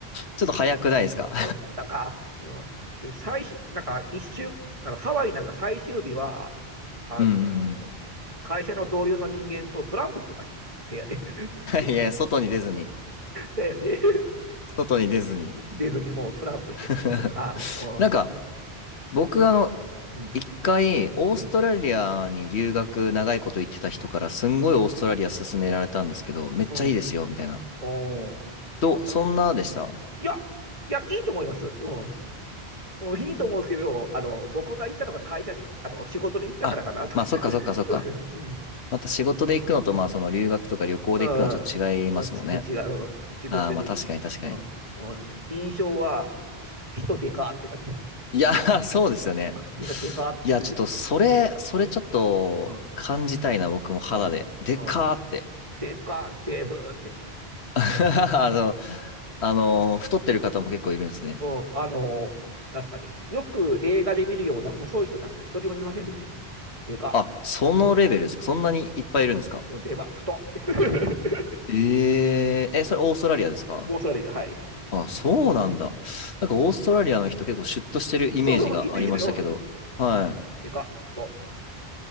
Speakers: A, on the left; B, on the right.
A: ちょっと早くないですか
B: うん、なんか、うん、最終、なんか一週、あのハワイなんか最終日は、
A: <laughs>
B: あのー会社の同僚の人間とトランプしてましたもん、
A: うんうん
B: 部屋で。<laughs>
A: うん。<laughs> いや、外に出ずに。
B: だよね。
A: 外に出ずに。
B: 出ずにもうトランプしてるもん。
A: <laughs>
B: あ、お
A: なんか、僕あの、
B: うん、
A: 一回、オーストラリアに留学長いこと言ってた人から、
B: うん、
A: すんごいオーストラリア勧められたんですけど、めっちゃいいですよ、
B: うん、
A: みたいな。
B: おまあ、
A: どう、
B: た
A: そんなでした
B: いや、いや、いいと思います。うん。うんいいと思うんですけど、あの、僕が行ったのが会社に、あの、仕事で行ったからかなと。
A: あ、まあ、
B: <laughs>
A: そっかそっかそっか。
B: うん。
A: また仕事で行くのと、まあ、その留学とか旅行で行くのはちょっと違いますもんね。
B: うん、うんちもう違う、うん仕事で、
A: ああ、まあ、確かに確かに。
B: うん、うん印象は、ひ人でかって感じ、
A: いやー、<laughs> そうですよね。
B: みんなでかって、
A: いや、ちょっと、それ、それちょっと、
B: うん、う
A: 感じたいな、僕も肌で。
B: ん、
A: でかーって。
B: うん、でか、デブって、
A: <laughs> あの、あの、太ってる方も結構いるんですね。
B: うん、あのーなんすかね、よく映画で見るような細い人なんか一人も見ませんでしたよ。でか、
A: あ、そのレベルですかそんなにいっぱいいるんですか
B: うん、でか、太って。<laughs>
A: えええ、それオーストラリアですか
B: うんオーストラリアで、はい。
A: あ、そうなんだ。
B: うん、
A: なんかオーストラリアの人結構シュッとしてるイメージがありましたけど。
B: そうそうそう、イメージで、うん、うん、
A: は
B: でか、太って。